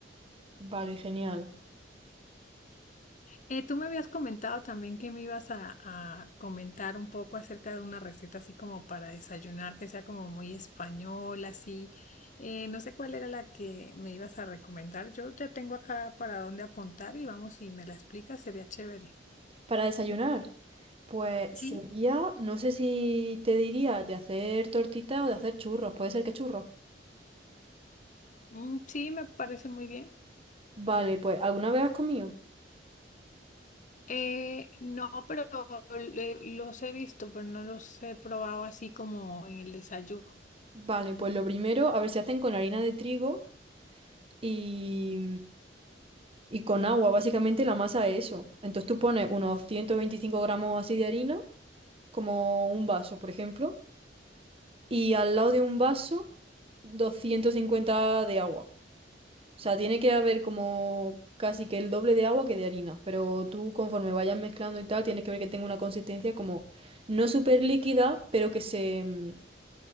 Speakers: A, on the right; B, on the left.
A: vale, genial.
B: Eh, tú me habías comentado también que me ibas a, a comentar un poco acerca de una receta así como para desayunar, que sea como muy española, así. Eh, no sé cuál era la que me ibas a recomendar. Yo ya tengo acá para dónde apuntar y vamos, si me la explicas, sería chévere.
A: ¿Para desayunar? Pues
B: Sí,
A: sería, no sé si te diría de hacer tortitas o de hacer churros. Puede ser que churros.
B: Mm, sí, me parece muy bien.
A: Vale, pues ¿alguna vez has comido?
B: Eh, no, pero le- los he visto, pero no los he probado así como en el desayuno.
A: Vale, pues lo primero, a ver si hacen con harina de trigo y, y con agua. Básicamente la masa es eso. Entonces tú pones unos 125 gramos así de harina, como un vaso, por ejemplo. y al lado de un vaso 250 de agua. O sea, tiene que haber como casi que el doble de agua que de harina, pero tú conforme vayas mezclando y tal, tienes que ver que tenga una consistencia como no súper líquida, pero que se mm,